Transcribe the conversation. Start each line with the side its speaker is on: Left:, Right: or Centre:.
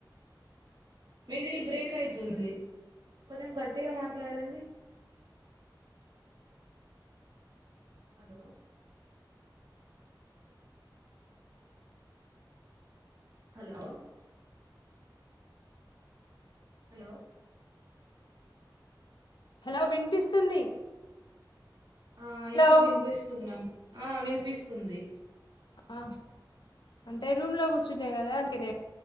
Right: మీది బ్రేక్ అయితుంది, కొంచెం గట్టిగ మాట్లాడండి. హలో హలో హలో
Left: హలో వినిపిస్తుంది
Right: ఆ
Left: హలో
Right: ఇప్పుడు వినిపిస్తుంది నాకు ఆ వినిపిస్తుంది
Left: ఆ అంటే రూమ్ లో కూర్చున్నే కదా అంద్కే లేప్